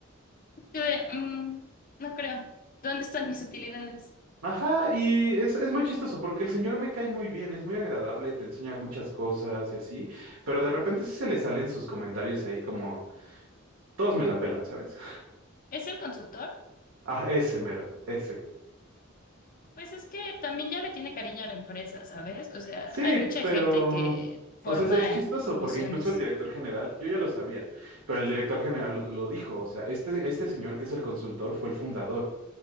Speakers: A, on the left (about 45°); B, on the right (about 75°).
A: Yo de, "Mm, no creo. ¿Dónde están mis utilidades?
B: Ajá, y es, es muy chistoso porque el señor me cae muy bien, es muy agradable, te enseña muchas cosas y así, pero de repente sí se le salen sus comentarios ahí como, todos me la pelan, ¿sabes?
A: ¿Es el consultor?
B: Ah, ese mero, ese.
A: Pues es que también ya le tiene cariño a la empresa, ¿sabes? O sea,
B: Sí,
A: hay mucha
B: pero,
A: gente que forma
B: o sea, es, es chistoso
A: eh, emociones.
B: porque incluso el director general, yo ya lo sabía, pero el director general lo, lo dijo, o sea, este, este señor que es el consultor fue el fundador